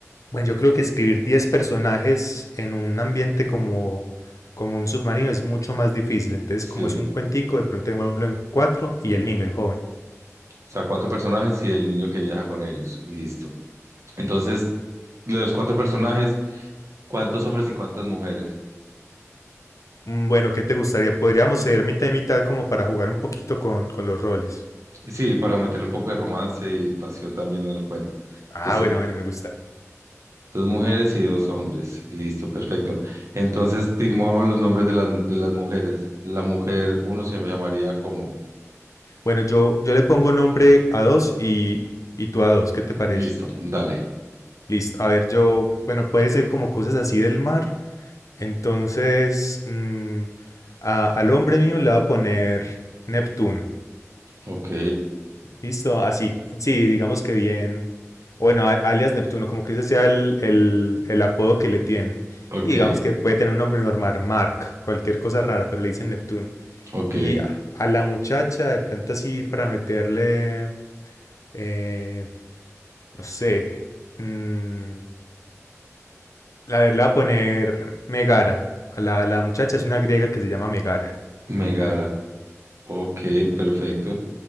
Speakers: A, on the left (about 80°); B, on the right (about 65°).
A: Bueno, yo creo que escribir 10 personajes en un ambiente como, como un submarino es mucho más difícil. Entonces,
B: Sí,
A: como es un cuentico, de pronto démoslo en cuatro y el niño, el joven.
B: o sea, cuatro personajes y el niño que viaja con ellos. Listo. Entonces, de los cuatro personajes, ¿cuántos hombres y cuántas mujeres?
A: Mm, Bueno, ¿qué te gustaría? Podríamos ser mitad y mitad como para jugar un poquito con, con los roles.
B: Y sí, para meterle un poco de romance y pasión también en el cuento.
A: Ah,
B: Entonces,
A: bueno, bueno, me gusta.
B: Dos mujeres y dos hombres. Listo, perfecto. Entonces, digamos los nombres de las, mu- de las mujeres. La mujer, uno se llamaría como...
A: Bueno, yo, yo le pongo nombre a dos y, y tú a dos, ¿qué te parece?
B: Listo, dale.
A: Listo. A ver, yo, bueno, puede ser como cosas así del mar. Entonces, mm, a- al hombre mío le voy a poner Neptuno.
B: Ok,
A: Listo, así, sí, digamos que bien. Bueno, a- alias Neptuno, como que ese sea el, el, el apodo que le tienen.
B: <laughs> ok,
A: Y digamos que puede tener un nombre normal, Mark, cualquier cosa rara, pero le dicen Neptuno.
B: ok.
A: Y a, a la muchacha, de pronto así, para meterle, eh, No sé. mm, la verdad, voy a poner Megara. A la, la muchacha es una griega que se llama Megara.
B: Megara.
A: A ver,
B: Ok, perfecto.